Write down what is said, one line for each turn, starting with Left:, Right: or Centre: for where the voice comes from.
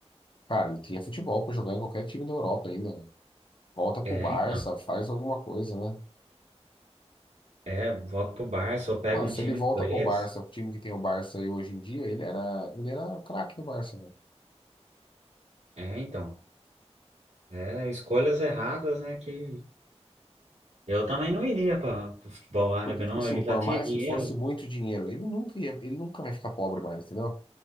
Left: cara, ele tinha futebol para jogar em qualquer time da Europa ainda. né? Volta pro
Right: É,
Left: Barça,
Right: então.
Left: faz alguma coisa, né?
Right: É, volta pro Barça ou pega
Left: Mano,
Right: um
Left: se
Right: time
Left: ele volta
Right: inglês.
Left: pro Barça, o time que tem o Barça aí hoje em dia, ele era, ele era craque no Barça, né?
Right: É, então. É, escolhas erradas, né? Que eu também não iria para o futebol árabe,
Left: Porque, tipo
Right: não.
Left: assim,
Right: Ele
Left: por
Right: já tinha
Left: mais
Right: dinheiro.
Left: que fosse muito dinheiro, ele nunca ia, ele nunca vai ficar pobre mais, entendeu?